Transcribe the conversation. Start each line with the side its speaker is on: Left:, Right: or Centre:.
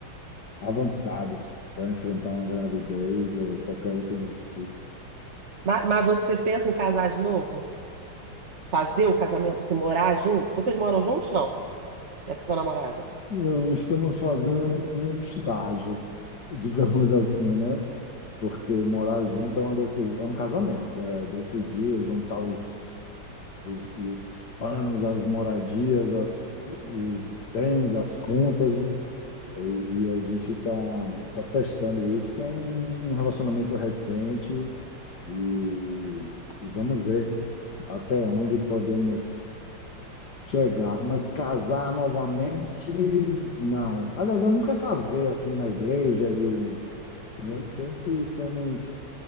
Left: avançados para enfrentar uma gravidez ou qualquer outro desse tipo.
Right: Ma- Mas, você pensa em casar de novo? Fazer o casamento, assim, morar junto? Vocês moram juntos, não? Essa é sua namorada?
Left: Não, estamos fazendo um estágio, <laughs> digamos assim, né? Porque morar junto é uma decisão, é um casamento, é decidir é juntar os os, os panos, as moradias, as, os bens, as contas, né? e, e a gente está tá testando isso, que é um, um relacionamento recente, e, e vamos ver até onde podemos chegar, mas casar novamente, não. Aliás, eu nunca casei assim na igreja, de, né? Sempre fomos